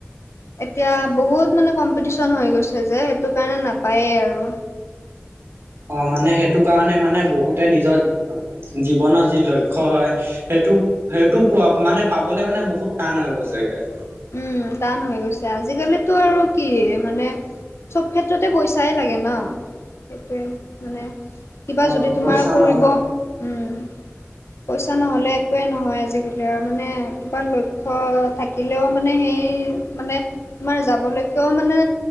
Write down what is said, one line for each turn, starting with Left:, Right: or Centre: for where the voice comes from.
Left: এতিয়া বহুত মানে কম্পিটিশ্যন হৈ গৈছে যে সেইটো কাৰণে নাপায়েই আৰু
Right: অহ মানে সেইটো কাৰণে মানে বহুতে নিজৰ জীৱনৰ যি লক্ষ্য হয় সেইটো সেইটো পোৱা মানে পাবলে মানে বহুত টান হৈ গৈছেগে
Left: উম টান হৈ গৈছে আজিকালিতো আৰু কি মানে চব ক্ষেত্ৰতে পইচাই লাগে ন সেইটোৱে মানে কিবা
Right: অ
Left: যদি তোমাৰ
Right: পইচা
Left: কৰিব
Right: নহয়
Left: উম পইচা নহ'লে একোৱে নহয় আজিকালি আৰু মানে কিবা লক্ষ্য থাকি সেইফালেও মানে সেই মানে তোমাৰ যাব লৈকেও মানে